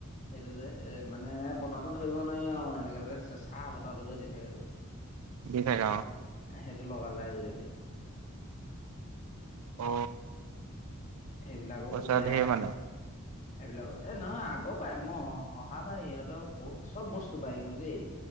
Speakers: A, on the left; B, on the right.
A: সেইটো যে এ মানে এনেকে বতাহটো ধৰিব নোৱাৰি আৰু এনেকে যে চেচা বতাহটো যে দি থাকে যে।
B: দি থাকে অ।
A: সেইটো লগালে আজিকালি।
B: অ।
A: সেইবিলাকো
B: পইচা
A: সুবিধা
B: ধেৰ
A: ৰাখিছে।
B: মানে
A: এইবিলাক এ নহয় আগৰ পাই মই অ অহা পাই সিহঁতৰ বহুত চব বস্তু পায় কিন্তু দেই।